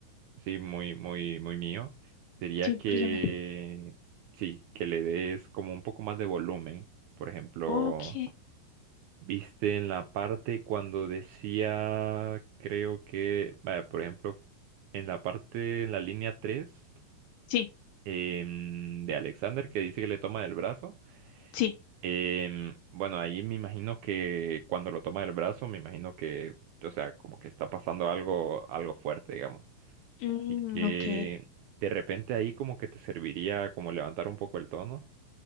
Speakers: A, on the right (about 80°); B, on the left (about 75°).
A: sí, muy, muy, muy mío, sería
B: Sí,
A: que,
B: personal.
A: sí, que le des como un poco más de volumen, por ejemplo.
B: Ok.
A: Viste en la parte cuando decía, creo que, vaya, por ejemplo, en la parte, en la línea tres
B: Sí,
A: em, de Alexander que dice que le toma del brazo.
B: sí.
A: em, bueno, ahí me imagino que cuando lo toma del brazo, me imagino que, o sea, como que está pasando algo, algo fuerte, digamos.
B: Mm,
A: Así que
B: ok.
A: de repente ahí como que te serviría como levantar un poco el tono,